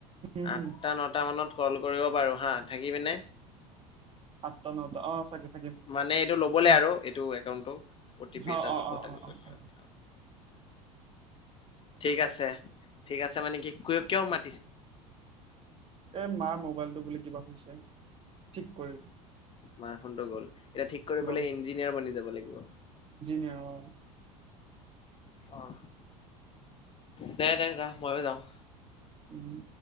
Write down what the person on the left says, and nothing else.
আঠটা
নটা মানত কল কৰিব পাৰো হা থাকিবিনে?
মানে এইটো ল'বলে আৰু এইটো একাউণ্টো অটি পি
এটা যাব
তেনেকুৱাকে
আৰু। <inaudible> ঠিক আছে ঠিক আছে মানে কি ক কিয় মা
মাৰ ফোনটো গ'ল এতিয়া ঠিক কৰি
পেলাই ইঞ্জিনিয়াৰ বনি যাব লাগিব।
অ'। দে দে যা ময়ো যাওঁ।